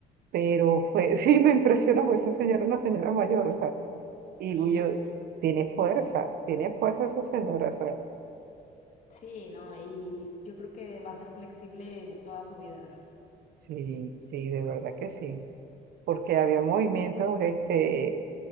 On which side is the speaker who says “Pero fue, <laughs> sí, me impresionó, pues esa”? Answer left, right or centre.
Right